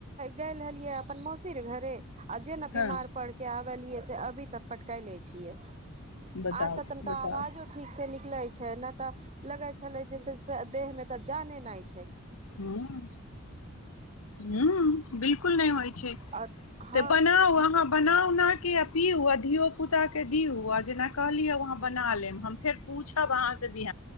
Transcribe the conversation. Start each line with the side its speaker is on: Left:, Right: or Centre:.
Right: गेल रहलियै अपन मौसी र घरे। अजे ने बीमार
Left: हँ
Right: पड़के आब। लियए से अभी तक पटका ले छियै।
Left: बताउ
Right: आ तऽ तनिका
Left: बताउ
Right: आवाजो ठीक से निकल छै। ना ते लगे छलै जे से से देह मे ते जाने नइ। <unintelligible>
Left: हूं- हूं बिलकुल नहि होइ छै
Right: आओर हँ
Left: तऽ बनाउ अहाँ बनाउ नट। के अी अधियो पुता के। पिउ जेना कहलिए उ अहां बना लेब फेर हम पूछब अहां से थे